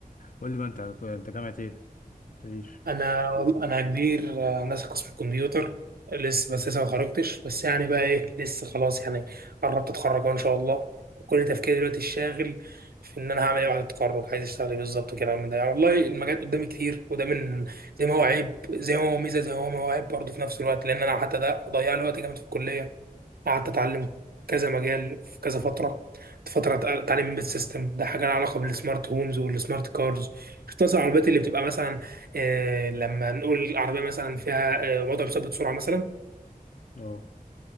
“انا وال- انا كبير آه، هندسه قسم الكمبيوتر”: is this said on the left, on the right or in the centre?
Right